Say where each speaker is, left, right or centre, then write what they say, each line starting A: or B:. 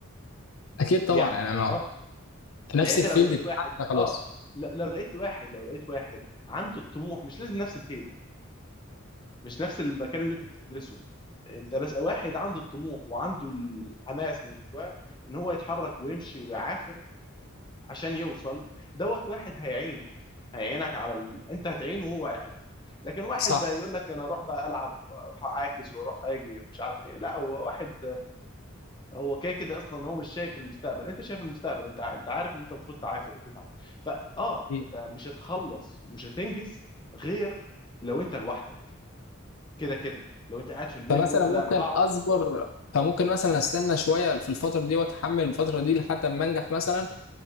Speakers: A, on the left; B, on the left.
A: اكيد طبعا
B: يعني
A: يعني انا
B: اه
A: في نفس
B: يعني انت
A: الفيلد
B: لو لقيت
A: بتاعك
B: واحد
A: خلاص
B: اه ل- لو لقيت واحد لو لقيت واحد عنده الطموح مش لازم نفس الفيلد مش نفس المكان اللي انت بتدرسه انت بس واحد عنده الطموح وعنده الحماس من جواه ان هو يتحرك ويمشي ويعافر عشان يوصل دوت واحد هيعينك هيعينك على ال... انت هتعينه وهو هيعينك لكن واحد
A: صح
B: ده هيقول لك انا اروح بقى العب واروح اعاكس واروح اجي ومش عارف ايه لا هو واحد هو كده كده اصلا هو مش شايف المستقبل انت شايف المستقبل انت ع- انت عارف ان انت المفروض تعافر وتتعب فاه
A: أكيد.
B: انت مش هتخلص ومش هتنجز غير لو انت لوحدك كده كده لو انت قاعد في البيت
A: فمثلا
B: وقلت
A: ممكن
B: لا انا هقعد
A: اصبر فممكن مثلا استنى شويه في الفتره دي واتحمل الفتره دي لحد ما انجح مثلا